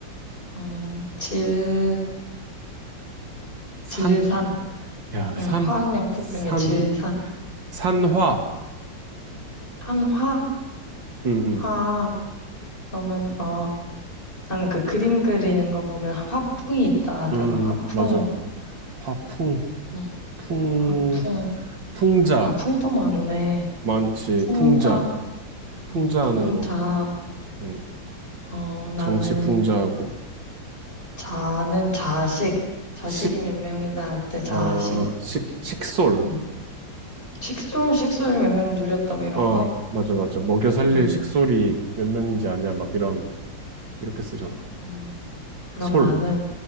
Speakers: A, on the left (about 25°); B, on the right (about 70°).
A: 어, 질산,
B: 산,
A: 질산.
B: 야,
A: 음,
B: 산,
A: 화학양품
B: 산,
A: 중에 질산.
B: 산화.
A: 한화,
B: 음,
A: 화.
B: 음,
A: 그러면 어, 나는 그 그림 그리는 거 보면 화풍이 있다 하잖아.
B: 음,
A: 화풍.
B: 음, 맞아. 화풍,
A: 음,
B: 풍,
A: 화풍.
B: 풍자.
A: 아, 풍도 많네.
B: 많지,
A: 풍자.
B: 풍자. 풍자하는
A: 음, 풍자.
B: 거. 음.
A: 어, 나는
B: 정치풍자하고
A: 자는 자식. 자식이
B: 식,
A: 몇 명이다 할 때 자식.
B: 아, 식, 식솔.
A: 음, 식솔, 식솔을 몇 명 누렸다 뭐 이런
B: 어,
A: 거.
B: 맞아, 맞아. 먹여 살릴
A: 음,
B: 식솔이 몇 명인지 아냐? 막 이런, 이렇게 쓰잖아.
A: 음. 그럼
B: 솔.
A: 나는